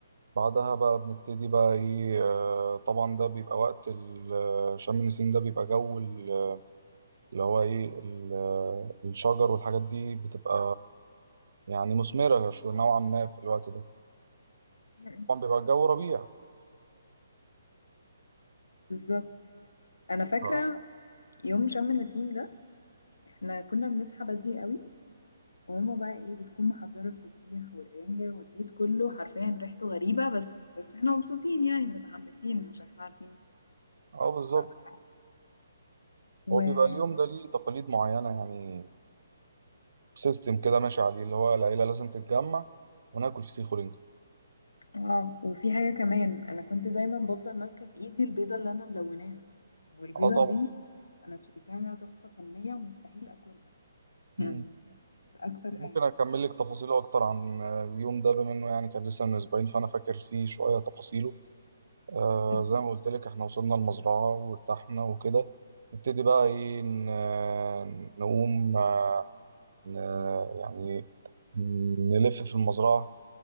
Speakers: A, on the right; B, on the left.
A: بعدها بقى بنبتدي بقى إيه آه، طبعا ده بيبقى وقت ال- آه، شم النسيم ده بيبقى جو ال- اللي هو إيه ال- آه، الشجر والحاجات دي بتبقى يعني مثمرة شو- نوعا ما في الوقت ده
B: مم.
A: طبعا بيبقى الجو ربيع
B: بالظبط انا
A: اه
B: فاكره يوم شم النسيم ده احنا كنا بنصحى بدري قوي وماما بقى ايه بتكون محضره الفسيخ والرنجه والبيت كله حرفيا ريحته غريبه بس بس احنا مبسوطين يعني متحمسين عشان احنا عارفين الفسيخ
A: اه بالظبط
B: بقى والحاجات. و
A: هو بيبقى اليوم ده ليه تقاليد معينة يعني سيستم كده ماشي عليه اللي هو العيلة لازم تتجمع وناكل فسيخ ورنجة
B: اه وفي حاجه كمان انا كنت دايما بفضل ماسكه في ايدي البيضه اللي انا ملوناها والبيضه
A: اه طبعا
B: دي انا شايفاها تحفه فنيه ومستحيل اكلها
A: مم.
B: يعني اكتر
A: ممكن
B: حاجة
A: أكمل لك تفاصيله أكتر عن آه، اليوم ده بما إنه يعني كان لسه من أسبوعين فأنا فاكر فيه شوية تفاصيله آه
B: اكيد
A: زي ما قلت لك إحنا وصلنا المزرعة وارتحنا وكده نبتدي بقى إيه ن- آه، نقوم آه، ن- يعني نلف في المزرعة